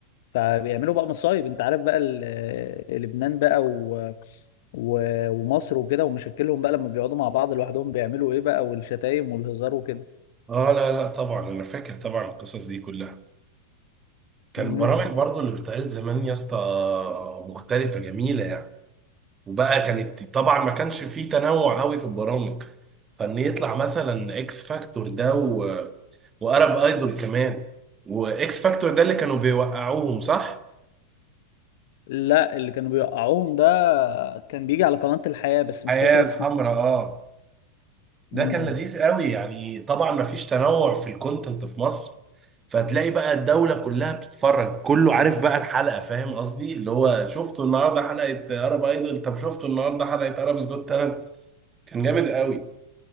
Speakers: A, on the left (about 50°); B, on the right (about 20°).
A: فبيعملوا بقى مصايب انت عارف بقى ال- لبنان بقى و... و... ومصر وكده ومشاكلهم بقى لما بيقعدوا مع بعض لوحدهم بيعملوا ايه بقى والشتايم والهزار وكده
B: اه لا لا طبعا انا فاكر طبعا القصص دي كلها كان
A: مهم.
B: برامج برضو اللي بتعرض زمان يا اسطى مختلفة جميلة يعني وبقى كانت طبعا ما كانش فيه تنوع قوي في البرامج فان يطلع مثلا اكس فاكتور ده و... وارب ايدول كمان واكس فاكتور ده اللي كانوا بيوقعوهم صح؟
A: لا اللي كانوا بيوقعوهم ده كان بيجي على قناة الحياة بس مش
B: حياة
A: فاكر
B: الحمراء
A: اسمه
B: اه ده
A: مم.
B: كان لذيذ قوي يعني طبعا ما فيش تنوع في الكونتنت في مصر فتلاقي بقى الدولة كلها بتتفرج كله عارف بقى الحلقة فاهم قصدي اللي هو شفتوا النهاردة حلقة عرب ايدل طب شفتوا النهاردة حلقة عرب's جوت تالنت كان جامد قوي